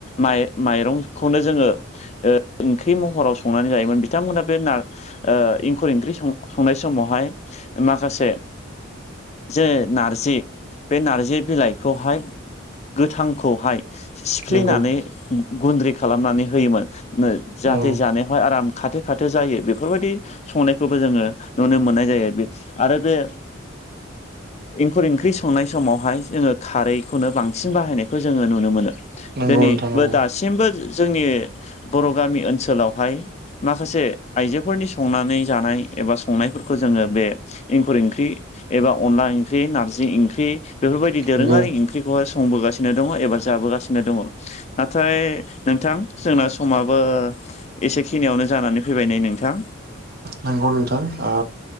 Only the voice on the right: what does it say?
नंगौ
औ
नंगौ
नोंथां औ
नंगौ
नोंगौ नोंथां ओ